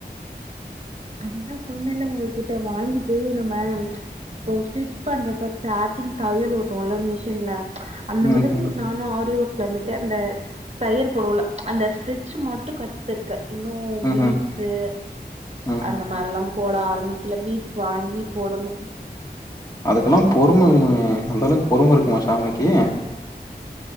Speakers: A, on the right; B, on the left.
A: அதுதா சொன்னேல்ல உங்ககிட்ட வாங்கிட்டு நம்ம இப்ப ஸ்டிச் பண்றப்ப ஸ்டாரிங் தையல் ஓட்டுவோல்ல மிஷின்ல அந்த
B: ம்
A: மாதிரி
B: ம்
A: நான் நான் ஆரி ஒர்க் வந்துட்டு அந்த தையல் போடுவோல்ல அந்த ஸ்ட்ச்ச மட்டு கத்திருக்க இன்னும்
B: ம்ஹ்ம்
A: பீட்ஸ்சு
B: ம்.
A: இந்த மாரில்லா போட ஆரம்பிக்கல பீட்ஸ் வாங்கி போடணு
B: அதுக்கெல்லா பொறுமை வேணுமே அந்த அளவுக்கு பொறுமை இருக்குமா சாமிலிக்கு